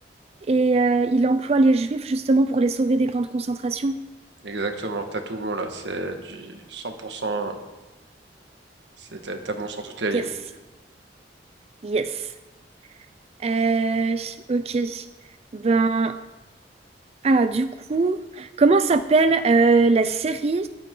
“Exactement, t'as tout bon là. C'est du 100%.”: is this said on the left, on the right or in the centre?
Right